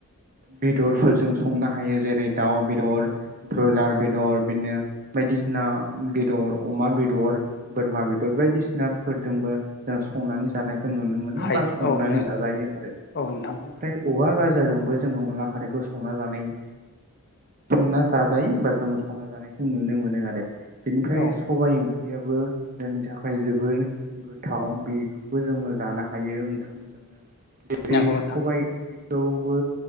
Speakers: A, on the right; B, on the left.
A: बेदरफोरजों संनो हायो जेरै दाउ बेदर ब्रयलार बेदर बिदिनो बायदिसिना बेदर अमा बेदर बोरमा बेदर बायदिसिनाफोरजोंबो जों संनानै जानाय नुनो मोनो
B: हायो
A: बा संनानै
B: औ नंगौ
A: जाजायो आरो
B: औ नोंथां
A: बेनिफ्राय औवा गाजाजोंबो जोङो अनला खारैखौ संना जानाय संना जाजायो बा जों संना जानायखौ नुनो मोनो आरो बेनिफ्राय
B: औ
A: सबाइ ओं ओंख्रियाबो जोंनि थाखाय जोबोर गोथाव बेखौबो जोङो जानो हायो <unintelligible> जरै
B: नंगौ नोंथां
A: सबाय ओंख्रि थेवबो